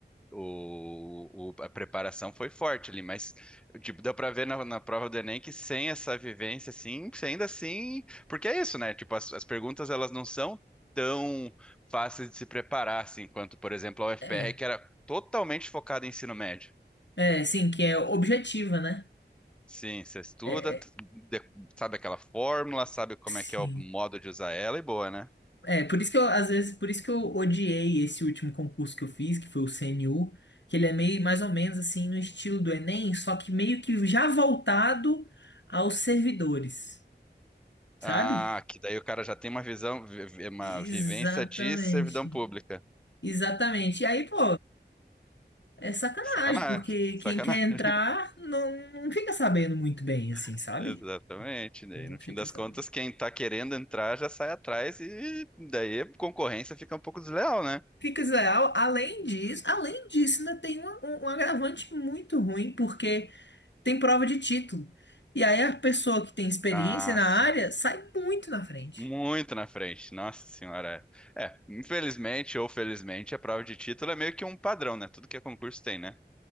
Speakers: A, in the centre; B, on the left (about 80°).
A: o, o- a preparação foi forte ali, mas tipo, deu para ver na, na prova do Enem que sem essa vivência, assim, você ainda assim, porque é isso, né? Tipo, as, as perguntas elas não são tão fáceis de se preparar, assim, quanto, por exemplo, a UFPR,
B: É,
A: que era totalmente focada em ensino médio.
B: é, sim, que é objetiva, né?
A: Sim, você estuda,
B: É,
A: t-
B: é,
A: de- sabe aquela fórmula, sabe como
B: sim.
A: é que é o modo de usar ela e boa, né?
B: É, por isso que eu, às vezes, por isso que eu odiei esse último concurso que eu fiz, que foi o CNU, que ele é meio mais ou menos assim no estilo do Enem, só que meio que já voltado aos servidores, sabe?
A: Ah, que daí o cara já tem uma visão, vi- vi- uma
B: Exatamente.
A: vivência de servidão pública.
B: Exatamente. E aí, pô, é sacanagem,
A: Sacanagem,
B: porque
A: sacanagem.
B: quem quer entrar não, não fica sabendo muito bem, assim,
A: <laughs>
B: sabe?
A: Exatamente. Daí,
B: Não
A: no
B: fica
A: fim das
B: sabendo.
A: contas, quem tá querendo entrar já sai atrás e daí a concorrência fica um pouco desleal, né?
B: Fica, Zé, al- além disso, além disso, ainda tem um, um um agravante muito ruim, porque. tem prova de título. E aí a pessoa que tem experiência
A: Ah,
B: na
A: sim.
B: área sai muito na frente.
A: Muito na frente, nossa senhora. É, infelizmente ou felizmente, a prova de título é meio que um padrão, né? Tudo que é concurso tem, né?